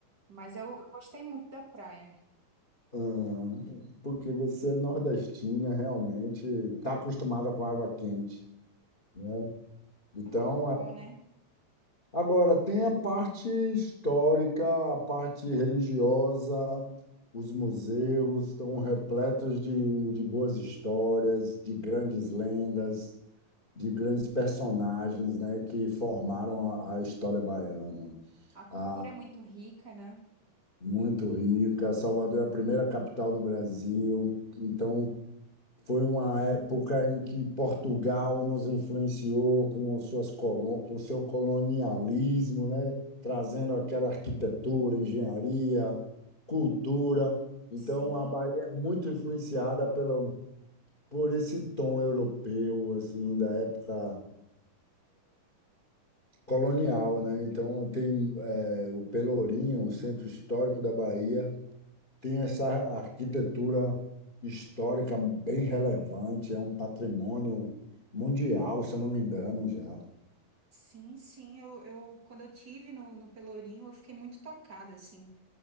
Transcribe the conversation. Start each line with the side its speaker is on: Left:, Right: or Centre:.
Right: Mas eu eu gostei muito da praia.
Left: Ah, porque você é nordestina, realmente está acostumada com água quente, né? Então,
Right: É muito bom,
Left: é.
Right: né?
Left: Agora, tem a parte histórica, a parte religiosa, os museus estão repletos de, de boas histórias, de grandes lendas, de grandes personagens, né, que formaram a, a história baiana.
Right: A cultura
Left: Ah,
Right: é muito rica, né?
Left: muito rica. Salvador é a primeira capital do Brasil, então Foi uma época em que Portugal nos influenciou com suas colo- com seu colonialismo, né? Trazendo aquela arquitetura, engenharia, cultura. Então,
Right: Sim,
Left: a Bahia é muito influenciada pela, por esse tom europeu, assim, da época colonial, né? Então, tem eh, o Pelourinho, o centro histórico da Bahia, Tem essa arquitetura histórica bem relevante, é um patrimônio mundial, se eu não me engano, já.
Right: sim, sim. Eu, eu quando eu tive no, no Pelourinho, eu fiquei muito tocada, assim,